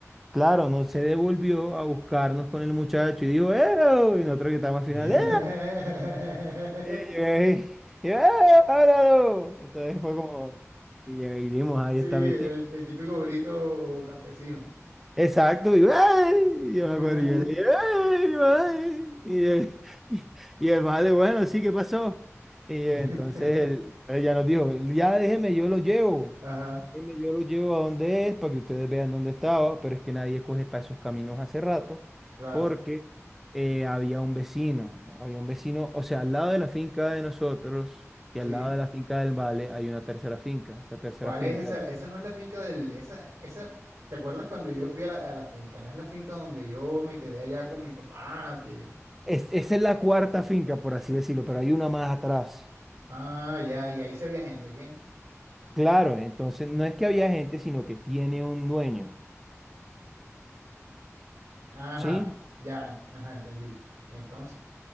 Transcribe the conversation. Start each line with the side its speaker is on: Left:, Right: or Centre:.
Centre: claro, no se devolvió a buscarnos con el muchacho y dijo, ¡eh! Y nosotros que estábamos
Right: <laughs>
Centre: al final, ¡eh! Y yo ahí, y yo, ¡ah, áralo! Entonces fue como, y ahí vimos, ahí
Right: Sí,
Centre: está
Right: el,
Centre: mi tía.
Right: el típico grito campesino.
Centre: Exacto, y, "Ay", y yo
Right: Ajá,
Centre: me acuerdo, y yo le dije, "Ay, ay", y el, <laughs> y y el vale, bueno, sí, ¿qué pasó? Y entonces
Right: <laughs>
Centre: él, él ya nos dijo, ya déjeme, yo lo llevo,
Right: Ajá.
Centre: déjeme, yo lo llevo a donde es, para que ustedes vean dónde estaba, pero es que nadie coge para esos caminos hace rato,
Right: claro.
Centre: porque eh, había un vecino, había un vecino, o sea, al lado de la finca de nosotros y
Right: Sí.
Centre: al lado de la finca del vale hay una tercera finca, esa tercera
Right: ¿Cuál
Centre: finca
Right: es esa? Esa no es la finca del, esa, esa, ¿te acuerdas cuando yo fui a la, a la finca? No es la finca donde yo me quedé allá con mi papá, que
Centre: Es, esa es la cuarta finca, por así decirlo, pero hay una más atrás.
Right: Ah, ya, y ahí se veía gente, ¿qué?
Centre: Claro, entonces no es que había gente, sino que tiene un dueño,
Right: Ajá,
Centre: ¿sí?
Right: ya, en- ajá, entendí. ¿Y entonces?